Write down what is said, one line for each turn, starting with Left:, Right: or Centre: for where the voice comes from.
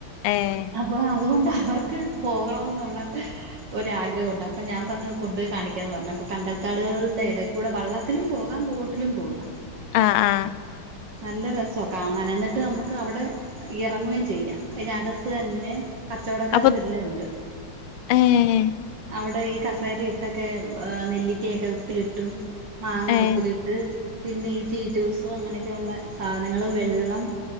Left: ഏഹ്
Right: അപ്പൊ അതുകൊണ്ട് അവർക്ക് പോകണെന്നുള്ള ഒരു ആഗ്രഹുണ്ട് അപ്പൊ ഞാൻ പറഞ്ഞു കൊണ്ടുപോയി കാണിക്കുക എന്ന് പറഞ്ഞ ഇപ്പൊ കണ്ടൽക്കാടുകളുടെ ഇടക്ക് കൂടെ വള്ളത്തിലും പോകാം ബോട്ടിലും പോകാം
Left: ആഹ് ആഹ്
Right: നല്ല രസി കാണാൻ എന്നിട്ട് നമ്മുക്ക് അവിടെ ഇറങ്ങുകയും ചെയ്യാം. അയിൻ്റെകത്ത് തന്നെ കച്ചവടക്കാരു
Left: അപ്പൊ
Right: എല്ലാം ഉണ്ട്.
Left: ഏഹ്
Right: അവ്ടെ ഈ കസേര ഇ ട്ടൊക്കെ ഏഹ് നെല്ലിക്കേയൊക്കെ ഉപ്പിലിട്ടും, മാങ്ങ
Left: ഏഹ്
Right: ഉപ്പിലിട്ട് പിന്നെ ഈ ചീറ്റൂസ് അങ്ങനെക്കെയൊള്ള സാധനങ്ങളും, വെള്ളം